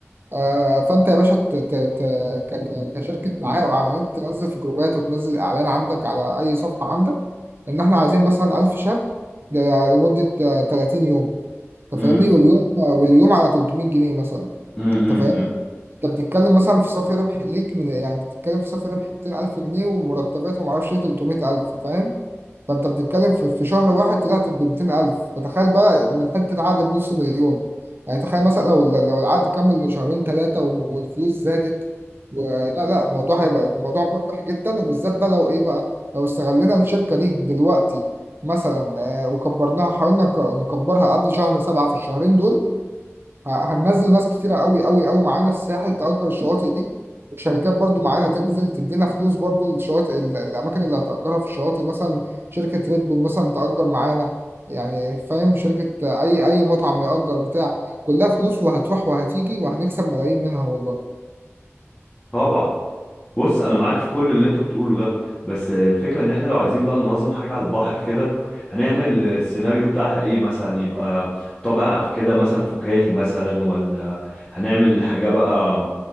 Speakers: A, on the right (about 50°); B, on the left (about 20°).
A: آه، فانت يا باشا ت- ت- ت- ك- كشركه دعايه واعلانات تنزل في جروبات وتنزل اعلان عندك على اي صفحه عندك ان احنا عايزين مثلا 1000 شاب ل- لمده آه، 30 يوم انت
B: امم
A: فاهمني واليوم آه، واليوم على 300 جنيه مثلا
B: امم
A: انت فاهم
B: امم
A: انت بتتكلم مثلا في صافي ربح ليك من يعني انت بتتكلم في صافي ربح 200000 جنيه ومرتبات وما اعرفش ايه 300000 فاهم فانت بتتكلم في في شهر واحد طلعت ب 200000 فتخيل بقى من حته عقد بنص مليون يعني تخيل مثلا لو لو العقد كمل شهرين ثلاثه والفلوس زادت ولا لا لا، الموضوع هيبقى الموضوع مربح جدا وبالذات بقى لو ايه بقى لو استغلينا الشركه دي دلوقتي مثلا آه، وكبرناها حاولنا نك- نكبرها قبل شهر سبعة في الشهرين دول ه- هننزل ناس كتيرة قوي قوي قوي معانا الساحل تأجر الشواطئ دي وشركات برضو معانا تنزل تدينا فلوس برضو الشواطئ ال- الأماكن اللي هتأجرها في الشواطئ مثلا شركة ريد بول مثلا تأجر معانا يعني فاهم شركة أي أي مطعم يأجر بتاع كلها فلوس وهتروح وهتيجي وهنكسب ملايين منها والله
B: طبعا بص انا معاك في كل اللي انت بتقوله ده بس آه، الفكره ان احنا لو عايزين بقى ننظم حاجه على البحر كده هنعمل آه، السيناريو بتاعها ايه مثلا يبقى طابع كده مثلا فكاهي مثلا ولا هنعمل حاجه بقى